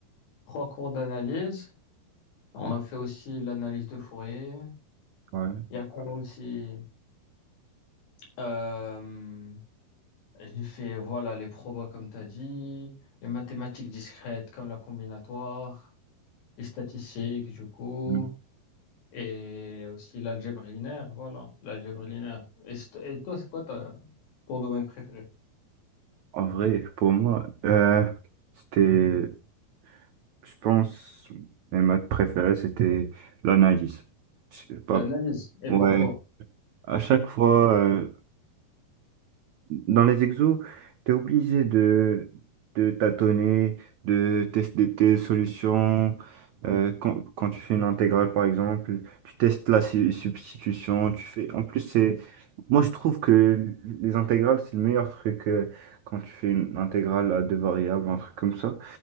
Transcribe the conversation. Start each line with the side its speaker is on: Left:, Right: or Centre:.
Left: trois cours d'analyse. On a fait aussi l'analyse de Fourier.
Right: Ouais.
Left: Il y a quoi aussi? Euh, j'ai fait, voilà, les probas comme tu as dit, les mathématiques discrètes comme la combinatoire, les statistiques, du coup,
Right: Mm.
Left: et aussi l'algèbre linéaire, voilà, l'algèbre linéaire. Et, st- et toi, c'est quoi ta- ton domaine préféré?
Right: En vrai, pour moi, euh, c'était, je pense, mes maths préférées, c'était l'analyse. Je sais pas.
Left: L'analyse. Et
Right: Ouais.
Left: pourquoi?
Right: À chaque fois, euh, Dans les exos, tu es obligé de, de tâtonner, de tester tes solutions. Euh, quand, quand tu fais une intégrale, par exemple, tu testes la su- substitution. Tu fais... En plus, c'est... Moi, je trouve que les intégrales, c'est le meilleur truc euh, quand tu fais une intégrale à deux variables, un truc comme ça.